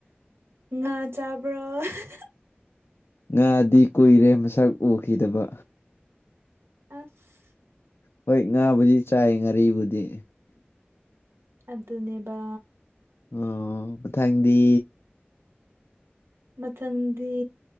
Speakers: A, on the right (about 75°); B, on the left (about 75°).
A: ꯉꯥ ꯆꯥꯕ꯭ꯔꯣ ꯍꯤꯍꯤ
B: ꯉꯥꯗꯤ ꯀꯨꯏꯔꯦ ꯃꯁꯛ ꯎꯈꯤꯗꯕ
A: ꯑꯁ
B: ꯍꯣꯏ ꯉꯥꯕꯨꯗꯤ ꯆꯥꯏ ꯉꯥꯔꯤꯕꯨꯗꯤ
A: ꯑꯗꯨꯅꯦꯕ
B: ꯎꯝ ꯃꯊꯪꯗꯤ
A: ꯃꯊꯪꯗꯤ